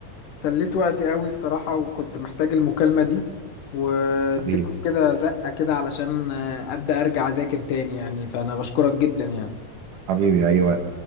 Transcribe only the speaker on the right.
حبيبي
حبيبي ايوه